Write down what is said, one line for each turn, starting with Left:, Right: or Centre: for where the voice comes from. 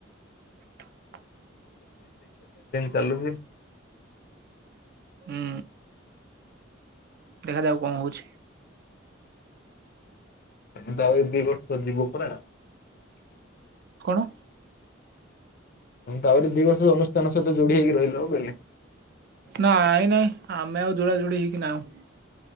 Right: <inaudible>
Left: ଚାଲୁ ଫି
Right: ହୁଁ। ଦେଖାଯାଉ କଣ ହଉଛି।
Left: ଏ ତାଉ ଦି ବର୍ଷ ଯିବୁ ପରା।
Right: କଣ?
Left: ମୁଁ ତ ଆହୁରି ଦି ବର୍ଷ ଅନୁଷ୍ଠାନ ସହିତ ଯୋଡି ହେଇକି ରହିଲ ହଉ କହିଲି।
Right: ନାଇଁ ନାଇଁ ଆମେ ଆଉ ଯୋଡ଼ା ଯୋଡି ହେଇକି ନାହୁ।